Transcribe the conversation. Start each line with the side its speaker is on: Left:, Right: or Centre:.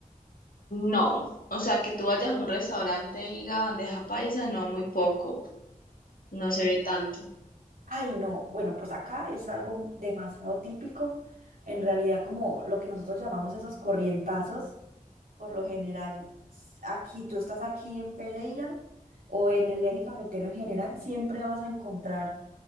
Left: No, o sea, que tú vayas a un restaurante y diga bandeja paisa, no, muy poco, no se ve tanto.
Right: Ay, no, bueno, pues acá es algo demasiado típico. En realidad, como lo que nosotros llamamos esos corrientazos, por lo general, s- aquí tú estás aquí en Pereira o en el eje cafetero en general, siempre vas a encontrar